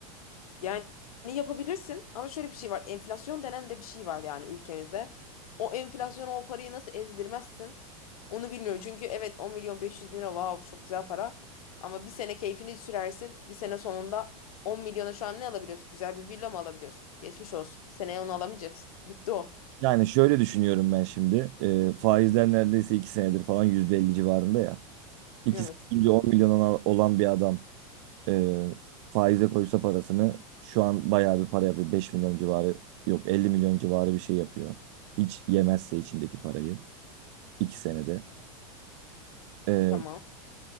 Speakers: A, on the left; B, on the right.
A: Yani yapabilirsin ama şöyle bir şey var. Enflasyon denen de bir şey var yani ülkemizde. O enflasyonu o parayı nasıl ezdirmezsin? Onu bilmiyorum. Çünkü evet 10 milyon 500 bin lira wow çok güzel para. Ama bir sene keyfini sürersin. Bir sene sonunda 10 milyona şu an ne alabiliyorsun? Güzel bir villa mı alabiliyorsun? Geçmiş olsun. Seneye onu alamayacaksın. Gitti o.
B: Yani şöyle düşünüyorum ben şimdi. E, faizler neredeyse 2 senedir falan %50 civarında ya. 2
A: Evet.
B: sene önce 10 milyona olan bir adam Ee, faize koysa parasını şu an bayağı bir para yapıyor. 5 milyon civarı yok 50 milyon civarı bir şey yapıyor. Hiç yemezse içindeki parayı 2 senede. Ee,
A: Tamam.